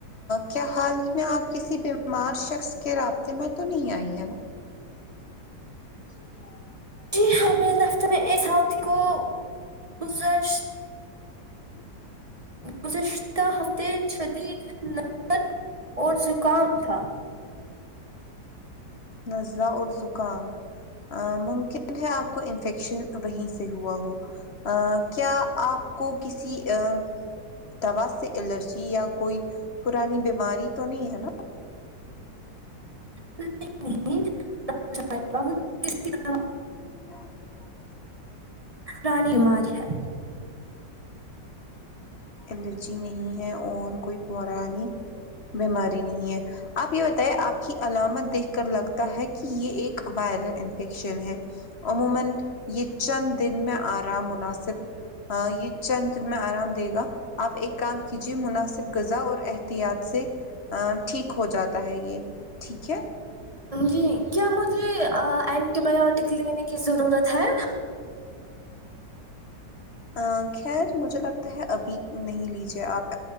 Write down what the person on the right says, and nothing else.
جی ہاں میرے راستے میں ایک ساتھی کو <unintelligible>
گزشتہ ہفتے شدید <unintelligible> نظر اور زکام تھا
<unintelligible> طرح
پرانی بیماری ہے
جی کیا مجھے اینٹی بایوٹک لینے کی ضرورت ہے